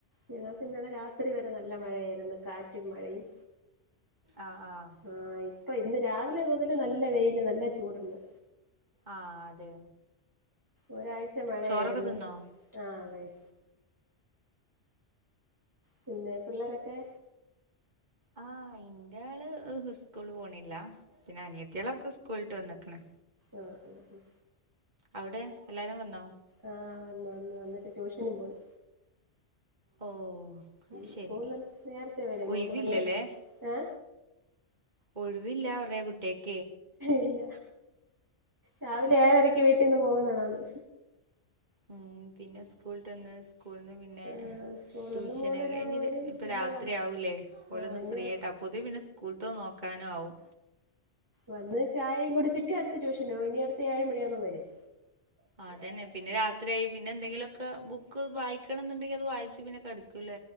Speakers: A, on the right; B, on the right.
A: ഞങ്ങൾക്ക് ഇന്നലെ രാത്രി വരെ നല്ല മഴയായിര്ന്ന്, കാറ്റും മഴയും.
B: ആ ആ.
A: ആഹ് ഇപ്പൊ ഇന്ന് രാവിലെ മൊതല് നല്ല വെയില് നല്ല ചൂടൊണ്ട്.
B: ആ അതെ.
A: ഒരാഴ്ച മഴയായിര്ന്ന്,
B: ചോറൊക്കെ തിന്നോ
A: ആ കഴി പിന്നേ പിള്ളേരൊക്കെ
B: ആ ഇന്റെയാള് സ്കൂൾ പോണില്ല, പിന്നെ അനിയത്ത്യേളൊക്കെ സ്കൂൾ ട്ട് വന്നക്ക്ണ്.
A: ആ ആ.
B: അവ്ടെ എല്ലാരും വന്നോ?
A: ആ വന്ന് വന്ന് വന്നിട്ട് ട്യൂഷന് പോയി.
B: ഓ.
A: ഉസ്കൂൾല്
B: ശരി
A: നേരത്തെേ വെരും
B: ഒഴിവില്ലല്ലേ
A: മൂന്ന് മണി ഏ
B: ഒഴിവില്ല പറ കുട്ടിയാക്ക്
A: ഇല്ല രാവിലെ ഏഴരക്ക് വീട്ടിൽ നിന്ന് പോകുന്നതാണ്
B: ഉം പിന്നെ സ്കൂൾ വിട്ട് വന്നു സ്കൂളിൽ നിന്ന് പിന്നെ
A: ഏഹ് സ്കൂളിന്ന്
B: ട്യൂഷൻ
A: മൂന്നരയാവുമ്പോ
B: കഴിഞ്
A: വരും
B: ഇപ്പം
A: പിന്നെ
B: രാത്രിയാവില്ലേ
A: വന്ന്
B: ഓലൊന്ന്
A: ആഹ് ഇനി
B: ഫ്രീയായിട്ട് അപ്പോ അപ്പോഴത്തിന് പിന്നെ സ്കൂൾത്തെ നോക്കാനും ആവും
A: വന്ന് ചായയും കുടിച്ചിട്ട് അടുത്ത് ട്യൂഷനോ ഇനി അടുത്ത ഏഴു മണിയാവുമ്പോ വരും
B: ആ അതന്നെ പിന്നെ രാത്രിയായി പിന്നെ എന്തെങ്കിലുമൊക്കെ ബുക്ക് വായിക്കണം എന്നുണ്ടെങ്കിൽ അത് വായിച്ച് പിന്നെ കിടക്കു. ല